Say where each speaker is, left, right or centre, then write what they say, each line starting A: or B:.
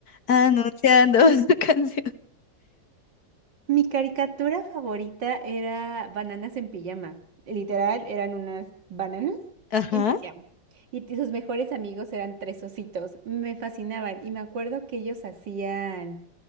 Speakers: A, on the left; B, on the right.
A: anunciando <laughs> su canción.
B: Mi caricatura favorita era Bananas en pijama. Literal, eran unas bananas
A: Ajá,
B: en pijama. Y t- sus mejores amigos eran tres ositos. Me fascinaban. Y me acuerdo que ellos hacían